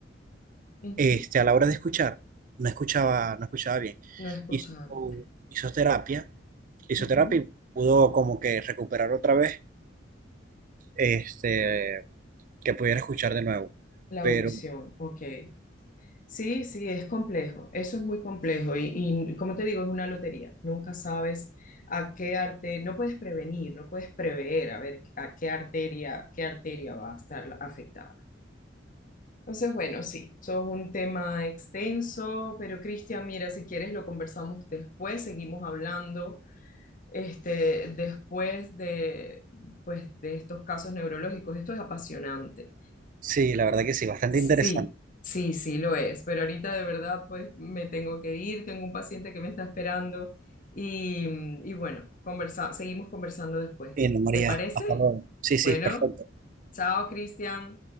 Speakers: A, on the left (about 45°); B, on the right (about 45°).
A: ujú.
B: este, a la hora de escuchar no escuchaba, no escuchaba bien.
A: No he escuchado
B: Hizo,
A: bien, fíjate.
B: hizo terapia, hizo
A: Ujú.
B: terapia y pudo como que recuperar otra vez este, que pudiera escuchar de nuevo.
A: La
B: Pero
A: audición, ok. Sí, sí, es complejo, eso es muy complejo y, y, como te digo, es una lotería, nunca sabes a qué arte, no puedes prevenir, no puedes prever a ver a qué arteria, qué arteria va a estar afectada. Entonces, bueno, sí, eso es un tema extenso, pero Cristian, mira, si quieres lo conversamos después, seguimos hablando este, después de, pues, de estos casos neurológicos. Esto es apasionante.
B: sí, la verdad que sí, bastante
A: Sí,
B: interesante.
A: sí, sí lo es, pero ahorita de verdad, pues me tengo que ir, tengo un paciente que me está esperando y, y bueno, conversa, seguimos conversando después.
B: Bueno, María,
A: ¿Te parece?
B: hasta luego. Sí, sí,
A: Bueno,
B: es perfecto.
A: chao, Cristian.